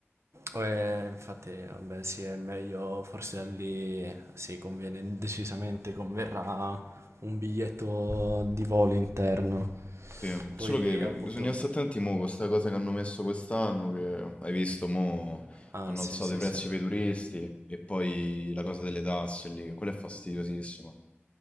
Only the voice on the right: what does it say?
Eh, infatti, vabbè, sì, è meglio forse lì... Sì, conviene decisamente, converrà un biglietto di volo interno.
Poi,
appunto...
Ah,
sì,
sì,
sì.